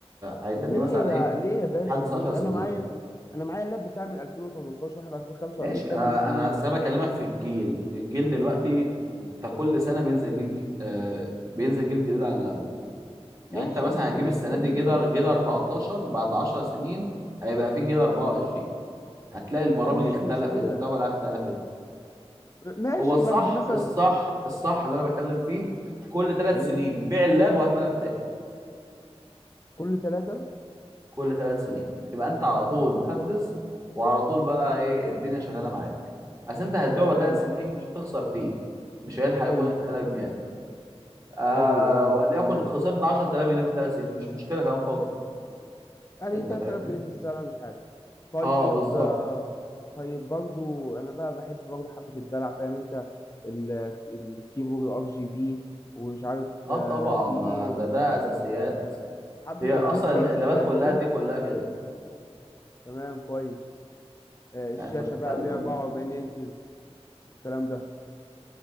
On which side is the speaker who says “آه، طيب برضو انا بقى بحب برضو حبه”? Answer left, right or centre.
Left